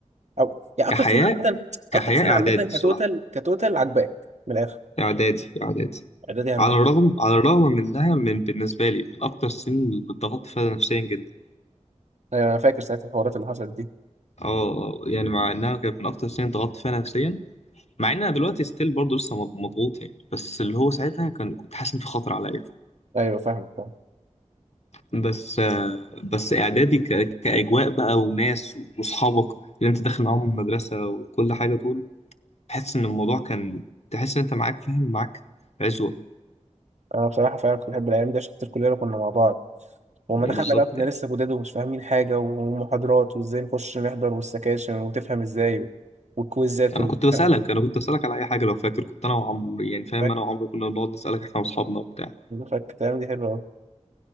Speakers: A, on the right (about 70°); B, on the left (about 60°).
A: او يعني
B: كحياة
A: اكتر سنه عامه
B: كحياة
A: اكتر سنه
B: اعدادي
A: عامه
B: الصراحة
A: كتوتال كتوتال عجباك من الاخر
B: اعدادي اعدادي
A: اعدادي هندسه
B: على الرغم على الرغم من انها من بالنسبة لي من اكتر السنين اللي اتضغطت فيها نفسيا جدا
A: ايوه انا فاكر ساعه الحوارات اللي حصلت دي
B: اه يعني مع انها كانت من اكتر السنين ضغطت فيها نفسيا مع ان انا دلوقتي ستيل برضه لسه مض- مضغوط يعني بس اللي هو ساعتها كان كنت حاسس ان في خطر عليا
A: ايوه فاهمك فاهم
B: بس آه، بس اعدادي ك- كاجواء بقى وناس واصحابك اللي انت داخل معاهم المدرسه وكل حاجه طول تحس ان الموضوع كان تحس ان انت معاك فاهم معاك عزوه
A: انا بصراحه فعلا كنت بحب الايام دي عشان خاطر كلنا كنا مع بعض وما
B: بالظبط
A: دخلنا بقى كنا
B: يعني
A: لسه جداد ومش فاهمين حاجة ومحاضرات وازاي نخش نحضر والسكاشن وتفهم ازاي و- والكويزات
B: انا
A: والامتحانات
B: كنت بسالك انا كنت بسالك على اي حاجه لو فاكر كنت انا وعمرو يعني فاهم
A: فاكر
B: انا وعمرو كنا بنقعد نسالك احنا واصحابنا وبتاع
A: فاكر تمام دي حلوة أوي